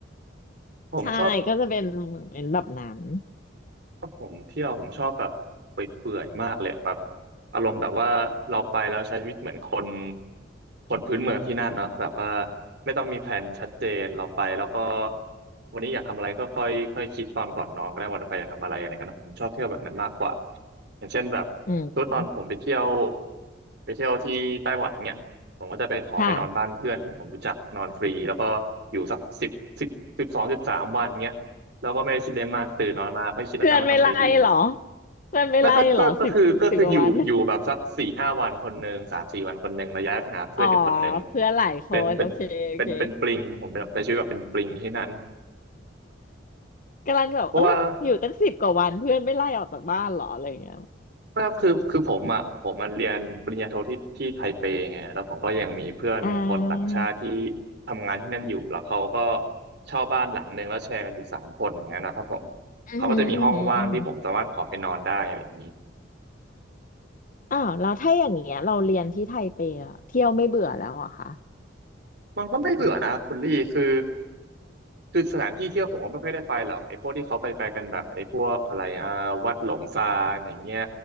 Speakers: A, on the right (about 60°); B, on the left (about 45°).
A: ๆผมชอบ
B: ใช่ก็จะเป็นเป็นแบบนั้น
A: ถ้าผมเที่ยวผมชอบแบบเปื่อยๆมากเลยแบบอารมณ์แบบว่าเราไปแล้วใช้ชีวิตเหมือนคนคนพื้นเมืองที่นั่นเนาะแบบว่าไม่ต้องมีแผนชัดเจนเราไปแล้วก็วันนี้อยากทำอะไรก็ค่อยค่อยคิดตอนก่อนนอนก็ได้วันต่อไปอยากทำอะไรอะไรเงี้ยนะผมชอบเที่ยวแบบนั้นมากกว่าอย่างเช่นแบบทุกตอนผมไปเที่ยว
B: อืม
A: ไปเที่ยวที่ไต้หวันเนี่ยผมก็จะไปขอไปนอนบ้านเพื่อนที่ผมรู้จักนอนฟรีแล้วก็อยู่สักสิบสิบสิบสองสิบสามวันเงี้ย
B: ค่ะ
A: เราก็ไม่ได้คิดอะไรมากตื่นนอนมาก็คิดแล้วกันว่าทำอะไรดี
B: เพื่อนไม่ไล่เหรอเพื่อนไม่ไล่เหรอสิบสิบกว่าวัน
A: ไม่ก็ก็ก็คือก็คืออยู่อยู่แบบสักสี่ห้าวันคนหนึ่งสามสี่วันคนหนึ่งแล้วย้ายไปหาเพื่อนอีกคนหนึ่ง
B: อ๋อเพื่อนหลายคนโอเคโอเค
A: เป็นเป็นเป็นเป็นปลิงผมแบบใช้ชีวิตแบบเป็นปลิงที่นั่น
B: กำลังแบบเอ้ยอยู่ตั้งสิบกว่าวันเพื่อนไม่ไล่ออกจากบ้านเหรออะไรอย่างเงี้ย
A: เพราะว่า <laughs> ว่าคือคือผมอ่ะผมมาเรียนปริญญาโทที่ที่ไทเปไงแล้วผมก็ยังมีเพื่อนคนต่างชาติที่
B: อ่า
A: ทำงานที่นั่นอยู่แล้วเขาก็เช่าบ้านหลังหนึ่งแล้วแชร์กันอยู่สามคนอย่างเงี้ยนะครับผม
B: อือหืออือหืออือหือ
A: เขาก็จะมีห้องว่างที่ผมสามารถขอไปนอนได้อะไรอย่างนี้
B: อ้าวแล้วถ้าอย่างเงี้ยเราเรียนที่ไทเปอะเที่ยวไม่เบื่อแล้วเหรอคะ
A: มันก็ไม่เบื่อนะคุณลี่คือคือสถานที่เที่ยวผมก็ไม่ค่อยได้ไปหรอกไอ้พวกที่เขาไปไปกันแบบไอ้พวกอะไรอ่ะวัดหลงซานอย่างเงี้ย